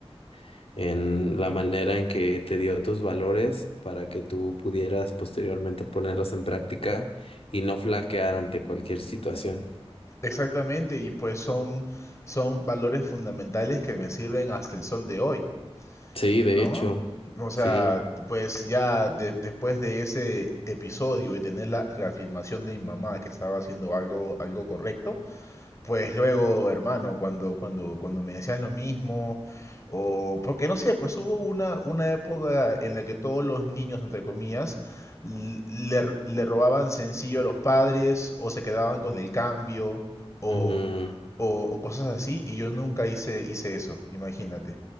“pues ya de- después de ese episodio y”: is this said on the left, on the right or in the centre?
Left